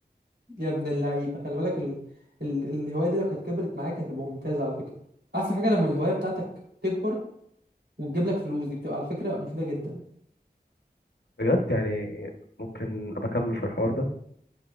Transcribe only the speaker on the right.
يا ابن اللعيبه خلي بالك ال... ال... الهوايه دي لو كانت كبرت معاك هتبقى ممتازه على فكره احسن حاجه لما الهوايه بتاعتك تكبر وتجيب لك فلوس دي بتبقى على فكره مفيده جدا